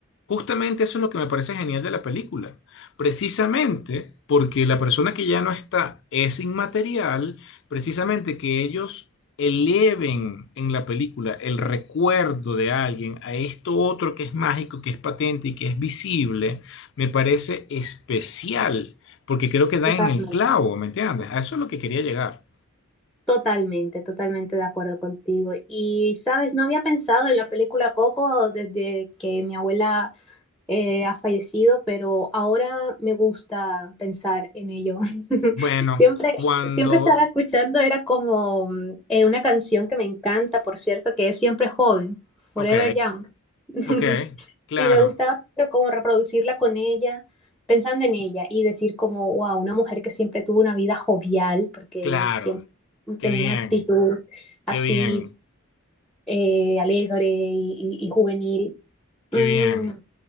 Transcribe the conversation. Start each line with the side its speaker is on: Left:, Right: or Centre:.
Left: Justamente eso es lo que me parece genial de la película. Precisamente porque la persona que ya no está es inmaterial, precisamente que ellos eleven en la película el recuerdo de alguien a esto otro que es mágico, que es patente y que es visible, me parece especial, porque creo que dan
Centre: Totalmente,
Left: en el clavo, ¿me entiendes? A eso es lo que quería llegar.
Centre: totalmente, totalmente de acuerdo contigo. Y, sabes, no había pensado en la película Coco desde que mi abuela eh, ha fallecido, pero ahora me gusta pensar en ello. <laughs>
Left: Bueno,
Centre: Siempre,
Left: cuando...
Centre: siempre estaba escuchando, era como mm, eh, una canción que me encanta, por cierto, que es Siempre Joven, Forever
Left: Ok,
Centre: Young. <laughs>
Left: ok, claro,
Centre: Y me gustaba pero como reproducirla con ella, pensando en ella y decir como, wow, una mujer que siempre tuvo una vida jovial, porque
Left: claro,
Centre: siempre
Left: qué
Centre: tenía
Left: bien,
Centre: una actitud así
Left: qué bien.
Centre: eh, alegre y, y- y juvenil.
Left: Qué
Centre: Mm,
Left: bien,